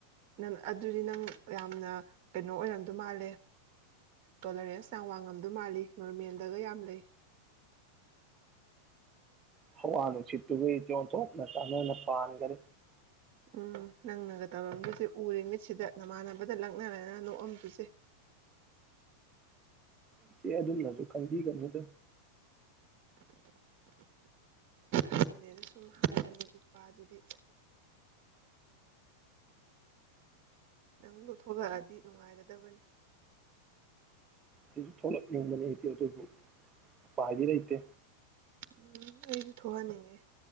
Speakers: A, on the right; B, on the right.
A: ꯅꯪ ꯑꯗꯨꯗꯤ ꯅꯪ ꯌꯥꯝꯅ ꯀꯩꯅꯣ ꯑꯣꯏꯔꯝꯗꯣ ꯃꯥꯜꯂꯦ ꯇꯣꯂꯔꯦꯟꯁ ꯌꯥꯝ ꯋꯥꯡꯉꯝꯗꯧ ꯃꯥꯜꯂꯤ ꯅꯣꯔꯃꯦꯜꯗꯒ ꯌꯥꯝ ꯂꯩ
B: ꯍꯋꯥ ꯅꯨꯡꯁꯤꯠꯇꯨꯕꯨ ꯏꯆꯦ ꯑꯣꯟꯊꯣꯛꯅ ꯆꯥꯟꯅꯅ ꯄꯥꯟꯒꯔꯦ
A: ꯎꯝ ꯅꯪꯅꯒ ꯇꯧꯔꯝꯗꯣꯏꯁꯦ ꯎꯔꯦ ꯃꯤꯠꯁꯤꯗ ꯅꯃꯥꯟꯅꯕꯗ ꯂꯛꯅꯔꯗꯅ ꯅꯣꯛꯑꯝꯗꯣꯏꯁꯦ
B: ꯏꯆꯦ ꯑꯗꯨꯝꯅꯁꯨ ꯈꯟꯕꯤꯒꯅꯨꯗ
A: ꯈꯟꯗꯦꯅ ꯁꯨꯝ ꯍꯥꯏꯕꯅꯤ ꯏꯄ꯭ꯋꯥꯁꯤꯗꯤ ꯅꯪꯗꯨꯊꯣꯂꯛꯑꯗꯤ ꯅꯨꯡꯉꯥꯏꯒꯗꯕꯅꯤ
B: ꯑꯩꯁꯨ ꯊꯣꯛꯂꯛ ꯅꯤꯡꯕꯅꯤ ꯑꯩ ꯏꯆꯦ ꯑꯗꯨꯕꯨ ꯎ ꯄꯥꯏꯗꯤ ꯂꯩꯇꯦ
A: ꯎꯝ ꯑꯩꯁꯨ ꯊꯣꯛꯍꯟꯅꯤꯡꯉꯦ